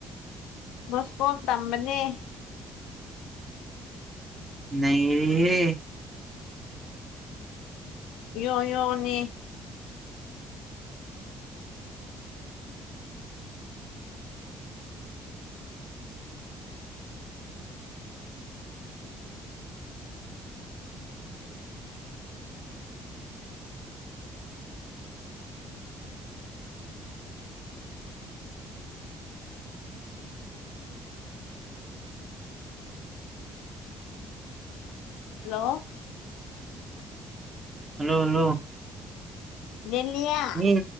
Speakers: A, on the left; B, on the right.
A: ꯃꯣꯁꯄꯣꯛ ꯇꯝꯕꯅꯦ
B: ꯅꯩꯔꯦꯍꯦ
A: ꯌꯣ ꯌꯣꯅꯤ ꯍꯜꯂꯣ
B: ꯍꯜꯂꯣ ꯍꯜꯂꯣ
A: ꯂꯂꯤꯌꯥ
B: ꯃꯤ